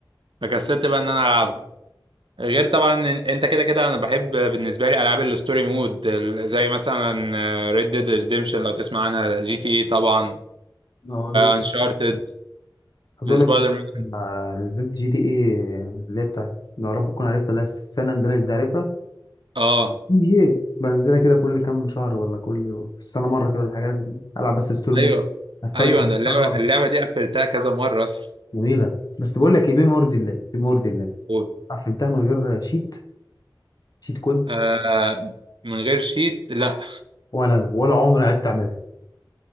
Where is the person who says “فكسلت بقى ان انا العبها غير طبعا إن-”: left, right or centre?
Right